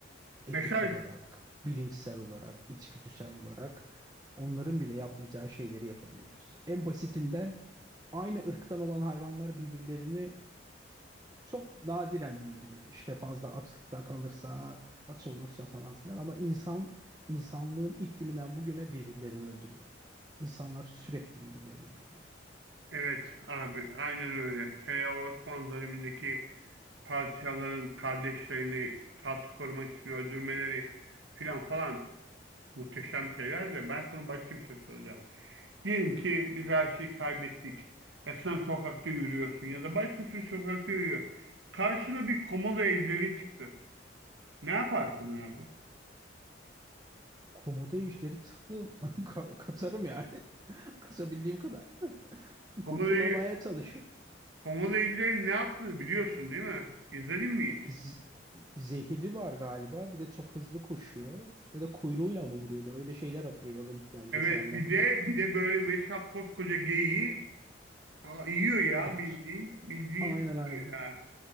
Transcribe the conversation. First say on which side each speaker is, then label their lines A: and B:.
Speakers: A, on the right (about 20°); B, on the right (about 85°).
A: Etik
B: Mesaj
A: olarak, bilinçsel olarak, içgüdüsel olarak onların bile yapmayacağı şeyleri yapabiliyoruz. En basitinden aynı ırktan olan hayvanlar birbirlerini çok nadiren öldürür. İşte fazla açlıkta kalırsa, aç olursa falan filan ama insan insanlığın ilk gününden bugüne birbirlerini öldürüyorlar. İnsanlar sürekli birbirlerini öldürüyor.
B: Evet abi aynen öyle. Hele o Osmanlı dönemindeki parçaların kardeşlerini taht korumak için öldürmeleri filan falan muhteşem şeyler de ben sana başka bir şey soracağım. Diyelim ki biz her şeyi kaybettik ve sen sokakta yürüyorsun ya da başkası sokakta yürüyor. Karşına bir komodo ejderi çıktı. Ne yaparsın abi?
A: Komodo ejderi çıktı. <laughs> Ka- Kaçarım yani. Kazabildiğim kadar. <laughs>
B: Komodo,
A: Kurtulamaya çalışırım.
B: komodo ejderi ne yaptığını biliyorsun değil mi? İzledin mi hiç?
A: Z- zehri var galiba. Bir de çok hızlı koşuyor. Ya da kuyruğuyla mı vuruyordu? Öyle şeyler hatırlıyorum belgeselden.
B: Evet bir de bir de böyle mesela koskoca geyiği aa, yiyor ya
A: Yut.
B: bildiğin bildiğin
A: Aynen
B: yiyor
A: aynen.
B: ya.